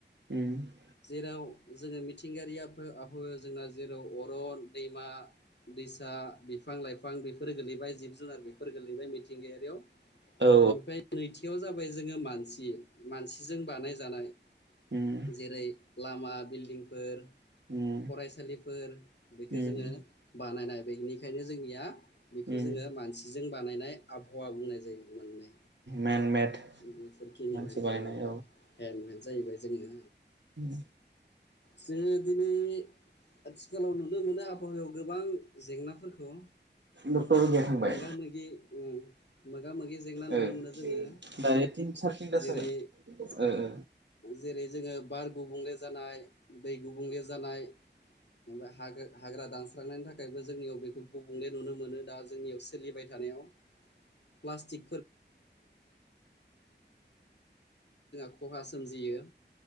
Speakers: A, on the right (about 75°); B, on the left (about 70°).
A: उम
B: जेराव जोङो मि मिथिंगायारियाफो आफो जोंना जेराव अरन दैमा दैसा बिफां लाइफां बिफां बेफोर गोलैबाय जिब जुनार बेफोर गोलैबाय मिथिंगायारियाव
A: औ औ
B: ओमफाय नैथियाव जाबाय जोङो मानसि मानसिजों बानाय जानाय
A: उम
B: जेरै लामा बिल्दिंफोर
A: उम
B: फरायसालिफोर बेखो
A: उम
B: जोङो
A: उम
B: बानायनाय बेनिखायनो जोंनिया बेखौ
A: उम
B: जोङो मानसिजों बानायनाय आबहावा बुंनाय जायो मोननै
A: मेनमेड
B: बेफोरखिनियानो
A: मानसि
B: अबावबब
A: बानायनाय
B: हेन्दमेन जाहैबाय जोङो
A: उम
B: जों दिनै आथिखालाव नुनो मोनो आबहावायाव गोबां जेंनाफोरखौ
A: डक्टर अगिया थांबाय
B: मोगा मोगि उम मोग मोगा मोगि जेंना नुनो
A: ओ
B: मोनो जोङो
A: दायो तिन साराय तिनथासो
B: जेरै
A: जागोन
B: जेरै जोङो बार गुबुंले जानाय दै गुबुंले जानाय एबा हागा हाग्रा दानस्रांनायनि थाखायबो जोंनियाव बेखौ गुबुंले नुनो मोनो दा जोंनियाव सोलिबाय था थानायाव प्लास्टिक खहा सोमजियो